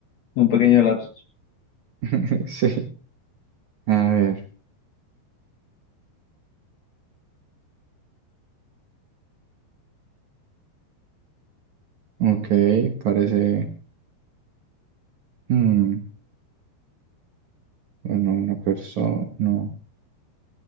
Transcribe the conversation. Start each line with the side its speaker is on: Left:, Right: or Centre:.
Left: Un pequeño lapsus.
Right: <laughs> Sí. A ver, ok, parece. mm, bueno, una persona. No.